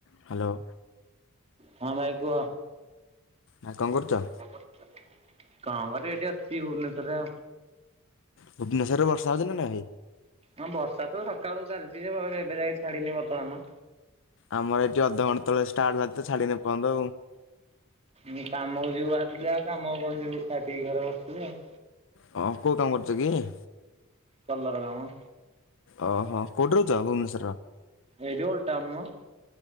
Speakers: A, on the left; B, on the right.
A: Hello
B: ହଁ ଭାଇ କୁହ
A: ଭାଇ କଣ କରୁଛ?
B: କଣ କରୁଛ? କଣ କରିବି ଏଠି ଅଛି ଭୁବନେଶ୍ୱରରେ
A: ଭୁବନେଶ୍ୱରରେ ବର୍ଷା ହେଉଛି ନା ନାଇ
B: ହଁ ବର୍ଷା ତ ସକାଳୁ ଚାଲିଛି ଯେ ଏବେ ଯାଇକି ଛାଡିିନି ବର୍ତ୍ତମାନ
A: ଆମର ଏଠି ଅଧଘଣ୍ଟା ତଳେ ଷ୍ଟାର୍ଟ ବାଜି ତ ଛାଡ଼ିନି ଏପର୍ଯ୍ୟନ୍ତ ଆଉ
B: ମୁ କାମକୁ ଯିବୁ ବାହିରିଥିଲି ଆଉ କାମକୁ କଣ ଯିବୁ ଖାଇ ପିଇ ଘରେ ବସିବୁ ଆଉ
A: ହଁ କଉ କାମ କରୁଛ କି?
B: କଲର କାମ
A: ଓହୋ କୋଉଠି ରହୁଛ ଭୁବନେଶ୍ୱର?
B: ଏଇଠି ଉଲଟ ଟାଉନ ମ